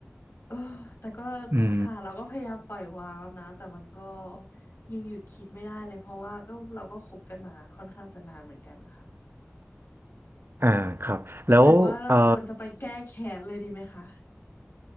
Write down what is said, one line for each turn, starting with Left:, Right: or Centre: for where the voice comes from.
Left: เออแต่ก็
Right: อืม
Left: ค่ะเราก็พยายามปล่อยวางแล้วนะแต่มันก็ยังหยุดคิดไม่ได้เลยเพราะว่าก็เราก็คบกันมาค่อนข้างจะนานเหมือนกันนะคะ
Right: อ่าครับ แล้วเอ่อ
Left: หรือว่าเราควรจะไปแก้แค้นเลยดีไหมคะ